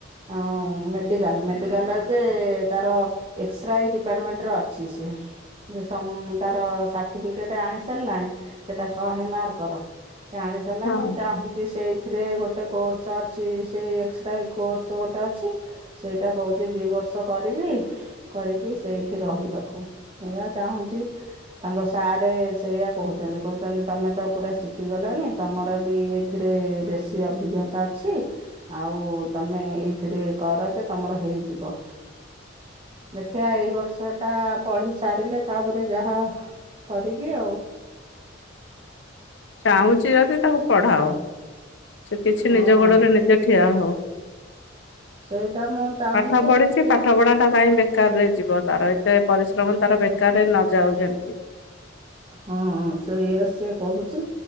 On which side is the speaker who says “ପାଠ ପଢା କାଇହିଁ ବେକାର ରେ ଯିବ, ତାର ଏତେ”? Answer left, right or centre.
Left